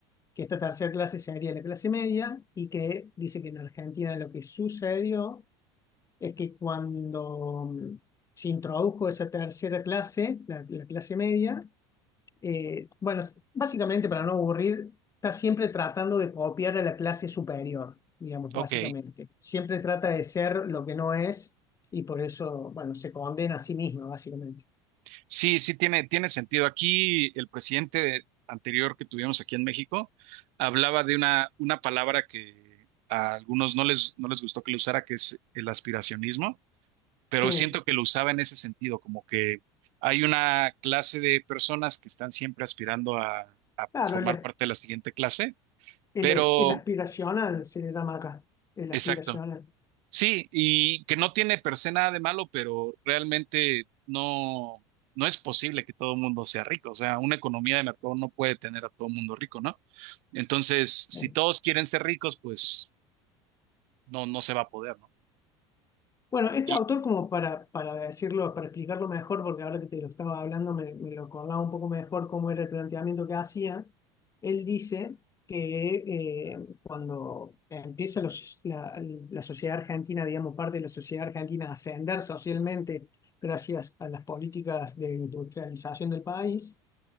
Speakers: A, on the left; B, on the right.
A: que esta tercera clase sería la clase media y que dice que en Argentina lo que sucedió es que cuando mm, se introdujo esa tercera clase, la, la clase media, eh, bueno, básicamente para no aburrir, está siempre tratando de copiar a la clase superior, digamos,
B: Ok,
A: básicamente. Siempre trata de ser lo que no es y por eso, bueno, se condena a sí misma, básicamente.
B: Sí, sí tiene, tiene sentido. Aquí el presidente anterior que tuvimos aquí en México hablaba de una, una palabra que a algunos no les, no les gustó que lo usara, que es el aspiracionismo, pero
A: Sí,
B: siento que lo usaba en ese sentido, como que hay una clase de personas que están siempre aspirando a, a
A: claro,
B: formar
A: el,
B: parte de la siguiente clase,
A: el,
B: pero
A: el aspiracional se le llama acá, el
B: exacto,
A: aspiracional.
B: Sí, y que no tiene per se nada de malo, pero realmente no, no es posible que todo el mundo sea rico. O sea, una economía de mercado no puede tener a todo el mundo rico, ¿no? Entonces, si
A: Eh,
B: todos quieren ser ricos, pues no, no se va a poder, ¿no?
A: Bueno, este
B: Y,
A: autor, como para, para decirlo, para explicarlo mejor, porque ahora que te lo estaba hablando me, me lo acordaba un poco mejor cómo era el planteamiento que hacía, él dice que eh, cuando empieza los- la, la sociedad argentina, digamos, parte de la sociedad argentina a ascender socialmente gracias a las políticas de industrialización del país,